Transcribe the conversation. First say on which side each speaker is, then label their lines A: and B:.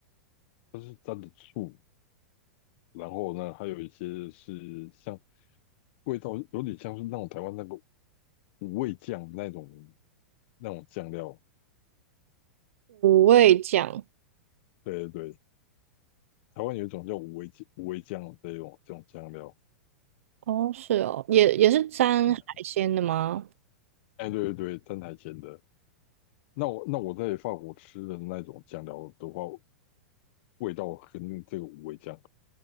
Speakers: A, on the left; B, on the right.
A: 它是蘸的醋，然后呢还有一些是像味道有点像是那种台湾那个五味酱那种那种酱料，
B: 五味酱？
A: 对对对，台湾有一种叫五味酱五味酱这种这种酱料，
B: 哦，是哦，也也是沾海鲜的吗？
A: 嗯，哎对对对，蘸海鲜的。那我那我在法国吃的那种酱料的话，味道跟这个五味酱。